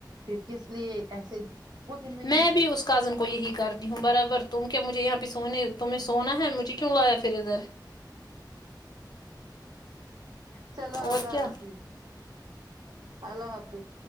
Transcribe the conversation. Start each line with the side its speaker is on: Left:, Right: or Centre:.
Right: پھر کس لیے ایسے وہ دن نہیں
Left: میں
Right: سوتی
Left: بھی اس کزن کو یہی کر دی ہوں برابر تم کیا مجھے یہاں پہ سونے تمہیں سونا ہے مجھے کیوں لایا پھر ادھر
Right: چلو
Left: اور
Right: اللہ
Left: کیا
Right: حافظ اللہ حافظ